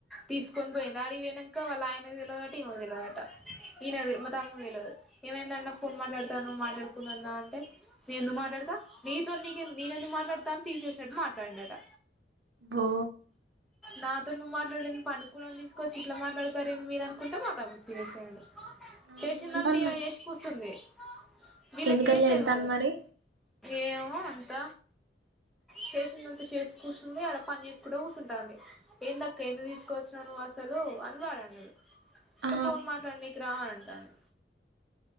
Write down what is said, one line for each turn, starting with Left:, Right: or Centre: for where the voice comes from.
Centre: తీసుకొని పోయింది అడికిపోయినంక వాళ్ళు ఆయనకు తెలివదట ఈమకు తెలివదట ఈయనది మా తమ్మునికి తెలివదు ఏమేందన్నా ఫోన్ మాట్లాడతాన్నావ్ మాట్లాడుకుందన్నా అంటే నే ఎందుకు మాట్లాడతా నీతో నీక నేన ఎందు మాట్లాడతా అని తీసేసినట్టు మాట్లాడిడట
Right: బో
Centre: నాతో నువ్వు మాట్లాడుడేంది పండుకునోనీ తీసుకోచ్చ ఇలా మాట్లాతారు ఏంది మీరు అకుంట మా తమ్ముడు సీరియస్ అయ్యండు
Right: ఆ
Centre: చేసిందంత
Right: ఏమంటాంది
Centre: ఈమె
Right: మరి
Centre: చేసి కూస్తుంది వీళ్ళకి
Right: ఎందుకట్లా
Centre: ఏం తెల్వదు
Right: చెత్తాంది మరి
Centre: ఏమో అంత చేసిినంత చేసి కూర్చుంది అక్కడ పని చేసుకుంట కూర్చుంటది ఏం దక్క ఎందుకు తీసుకోచ్చినావ్ నువ్వు అసలు అని వాడన్నడు అంటే
Right: ఆ
Centre: ఫోన్ మాట్లాండికిరా అంటాది